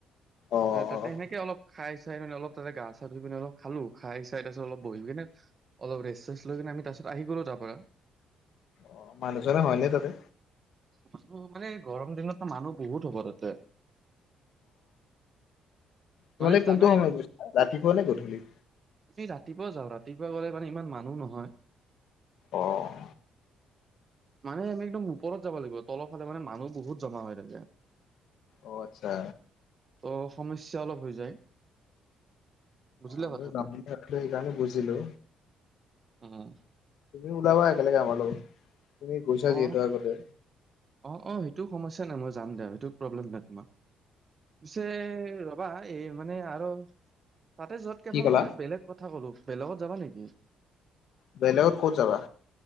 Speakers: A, on the left; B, on the right.
A: অ'
B: তাতে
A: অ'
B: সেনেকে অলপ খাই চাই মানে অলপ তাতে গা চা ধুই পিনে অলপ খালো খাই চাই চাই অলপ বহি কিনে অলপ ৰেষ্ট চেষ্ট লৈ কিনে আমি তাৰপিছত আহি গলো তাৰ পৰা।
A: অ' মানুহজনে হয়নে তাতে?
B: মানুহ মানে গৰম দিনতো মানুহ বহুত হ'ব তাতে।
A: তোমালেক
B: মানে
A: কোনটো
B: জানাই
A: সময়ত গৈছা ৰাতিপুৱা নে গধূলি?
B: আমি ৰাতিপুৱা যাওঁ, ৰাতিপুৱা গলে মানে ইমান মানুহ নহয়।
A: অ'।
B: মানে আমি একদম ওপৰত যাব লাগিব, তলৰ ফালে মানে মানুহ বহুত জমা হৈ থাকে।
A: অ', আচ্ছা।
B: ত' সমস্যা অলপ হৈ যায়। বুজিলা
A: আমি
B: কথাটো
A: যাম এইকাৰণে বুজিলো।
B: উম,
A: তুমি ওলাবা একেলগে আমাৰ লগত, তুমি গৈছা
B: অ
A: যিহেতু আগতে।
B: অ', অ', সেইটো সমস্যা নাই মই যাম দে সেইটো প্ৰব্লেম নাই তোমাৰ, পি বা এই মানে আৰু, তাতে যতকে
A: কি
B: ভাল
A: ক'লা
B: মই এটা বেলেগ কথা ক'লো বেলেগত যাবা নেকি?
A: বেলেগত ক'ত যাবা?